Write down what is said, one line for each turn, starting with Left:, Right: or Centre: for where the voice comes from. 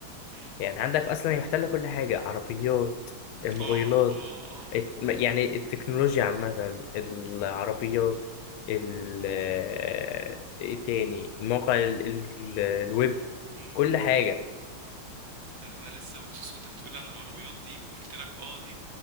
Right: امم.
Left: يعني عندك اصلا هي محتله كل حاجه عربيات الموبايلات
Right: آه، آه، آه،
Left: الت- يعني التكنولوجيا عامه العربيات ال آه، ايه تاني الموقع ال... ال... الويب
Right: امم.
Left: كل حاجه
Right: عارف أنا لسه بخصوص وأنت بتقولي عن العربيات دي وقُلت لك آه دي،